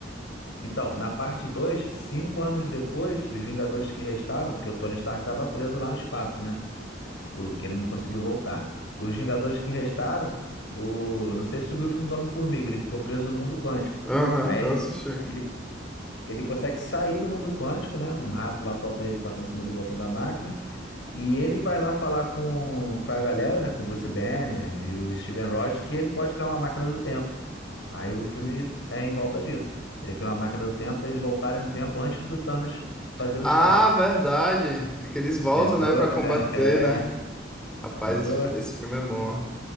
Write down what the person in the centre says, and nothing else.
Aham,
eu assisti.
Ah,
verdade. É que eles voltam,
né, pra combater,
né? Rapaz,
esse fi- esse filme é bom,